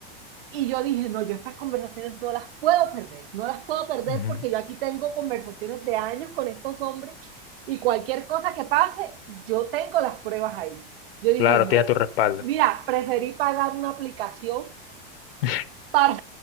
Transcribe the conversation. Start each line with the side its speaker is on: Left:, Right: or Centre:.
Right: Y yo dije, no, yo estas conversaciones no las puedo perder, no las puedo perder
Left: ujú.
Right: porque yo aquí tengo conversaciones de años con estos hombres y cualquier cosa que pase, yo tengo las pruebas ahí. Yo dije,
Left: Claro,
Right: no,
Left: tiene tu respaldo.
Right: mira, preferí pagar una aplicación
Left: <laughs>
Right: para,